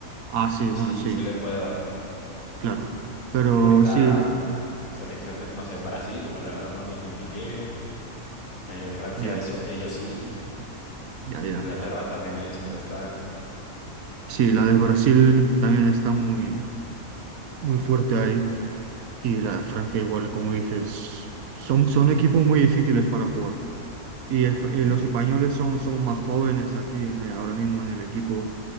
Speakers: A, on the right; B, on the left.
A: Ah, sí, bueno,
B: sí,
A: sí,
B: sí les puede dar.
A: claro. Pero
B: Porque ahorita
A: sí,
B: selecciones, no sé, Brasil, pues la verdad no viene muy bien. Eh, Francia,
A: ya,
B: eso, ellos sí.
A: ya, ya.
B: Inglaterra también ahí siempre está.
A: Sí, la de Brasil también está muy, muy fuerte ahí. Y la de Francia igual, como dices, son, son equipos muy difíciles para jugar. Y esp- eh,
B: Sí,
A: los españoles son, son más jóvenes aquí en el- ahora mismo en el equipo